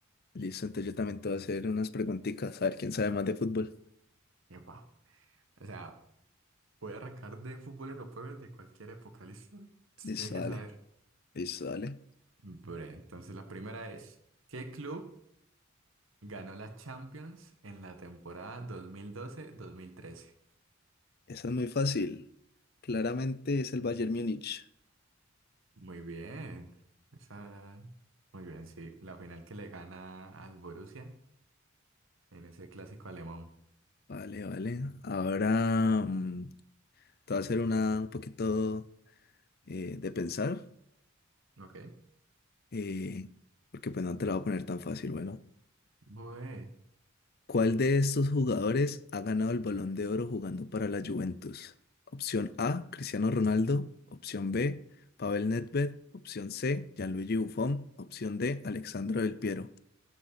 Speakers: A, on the left (about 50°); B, on the right (about 65°).
A: Listo, entonces yo también te voy a hacer unas preguntitas, a ver quién sabe más de fútbol.
B: Epa. O sea, voy a arrancar de fútbol europeo de cualquier época, ¿listo? Se
A: Listo,
B: tiene que
A: dale,
B: saber.
A: listo, dale.
B: Bre, entonces la primera es, ¿qué club ganó la Champions en la temporada dos dos mil doce mil trece.
A: Esa es muy fácil. Claramente es el Bayern Múnich.
B: Muy bien. Esa... Muy bien, sí. La final que le gana al Borussia en ese clásico alemán.
A: Vale, vale. Ahora mm, te voy a hacer una un poquito eh, de pensar,
B: Ok.
A: eh, porque pues no te la voy a poner tan fácil, bueno.
B: Bue,
A: ¿Cuál de estos jugadores ha ganado el Balón de Oro jugando para la Juventus? Opción A, Cristiano Ronaldo. Opción B, Pavel Nedved. Opción C, Gianluigi Buffon. Opción D, Alexandro Del Piero.